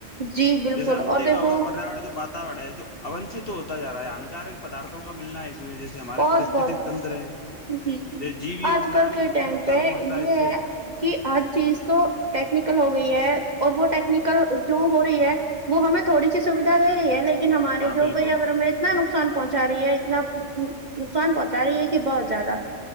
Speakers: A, on the right; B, on the left.
A: جی بالکل
B: جیسے آپ نے
A: اور
B: دیکھا
A: دیکھو
B: ہوگا پریا وال جو بات رہا ہے جو اوونچ تو ہوتا ج رہا ہے ہانکارک پدارتوں کا ملنا ہے اس میں جس ہمارے
A: بہت
B: پرریست
A: بہت
B: تنتر ہیں
A: جی جی
B: جس جیویوں
A: آج
B: پرانیوں
A: کل کے ٹائم
B: کو نقصان
A: پہ
B: پہنچتا
A: یہ
B: ہے اس سے
A: کہ ہر چیز تو ٹیکنیکل ہو گئی ہے اور وہ ٹیکنیکل جو ہو رہی ہے وہ ہمیں تھوڑی سی سویدھا دے رہی ہے لیکن لیکن ہمارے
B: ہاں
A: جو
B: بالکل
A: پیاورن میں اتنا نقصان پہنچا رہی ہے اتنا نقصان پہنچا رہی ہے تھی بہت زیادہ